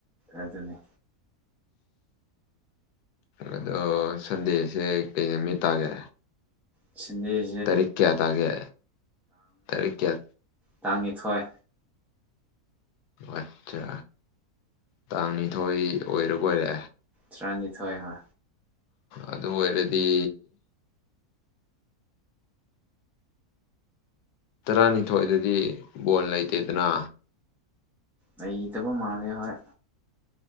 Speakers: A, in the centre; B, on the left.
A: ꯑꯗꯨꯅꯤ
B: ꯑꯗꯣ ꯁꯟꯗꯦꯁꯦ ꯀꯩ ꯅꯨꯃꯤꯠ ꯇꯥꯒꯦ꯫
A: ꯁꯟꯗꯦ
B: ꯇꯔꯤꯛ ꯀꯌꯥ ꯇꯥꯒꯦ ꯇꯥꯔꯤꯛ ꯀꯌꯥ
A: ꯇꯥꯡ ꯅꯤꯊꯣꯏ
B: ꯑꯣ ꯑꯠꯆꯥ ꯇꯥꯡ ꯅꯤꯊꯣꯏ ꯑꯣꯏꯔꯕ ꯑꯣꯏꯔꯦ
A: ꯇ꯭ꯔꯥꯅꯤꯊꯣꯏ ꯍꯥ
B: ꯑꯗꯨ ꯑꯣꯏꯔꯗꯤ ꯇꯔꯥꯅꯤꯊꯣꯏꯗꯗꯤ ꯕꯣꯜ ꯂꯩꯇꯦꯗꯅ
A: ꯂꯩꯇꯕ ꯃꯥꯜꯂꯦ ꯍꯣꯏ